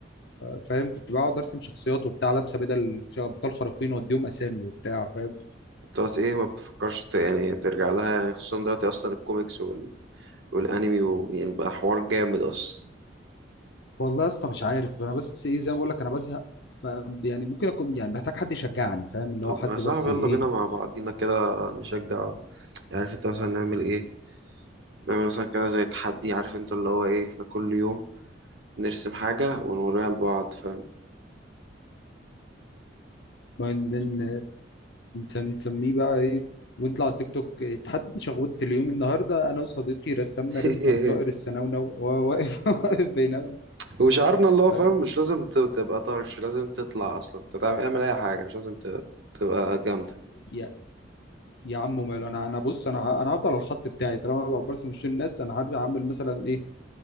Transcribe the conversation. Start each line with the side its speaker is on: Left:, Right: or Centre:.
Left: فاهم كنت بقعد ارسم شخصيات وبتاع لابسه بدل ش- ابطال خارقين واديهم اسامي وبتاع فاهم
Right: بتقعد ايه ما بتفكرش ت- يعني ترجع لها يعني خصوصا دلوقتي اصلا الكوميكس والانمي ويعني بقى حوار جامد اصلا
Left: والله يا اسطى مش عارف انا بس ايه زي ما بقول لك انا بزهق ف يعني ممكن اكون يعني محتاج حد يشجعني فاهم اللي
Right: طب
Left: هو حد
Right: ما يا صاحبي
Left: بس ايه
Right: يلا بينا مع بعضينا كده نشجع عارف انت مثلا نعمل ايه نعمل مثلا كده زي تحدي عارف انت اللي هو ايه احنا كل يوم نرسم حاجة ونوريها لبعض فاهم
Left: بعدين نسميه بقى ايه ونطلع على التيك توك تحدي شخبطة اليوم النهارده انا وصديقي رسمنا
Right: <laughs>
Left: رسمه لطائر السنونو وهو واقف <laughs> واقف بيننا
Right: وشعارنا اللي هو
Left: ف...
Right: فاهم مش لازم ت- تبقى طرش لازم تطلع اصلا انت تعمل اعمل اي حاجة مش لازم ت- تبقى جامدة
Left: يا يا عم ماله انا انا بص انا ه- انا هفضل على الخط بتاعي طالما انا برسم وش الناس انا هرجع اعمل مثلا ايه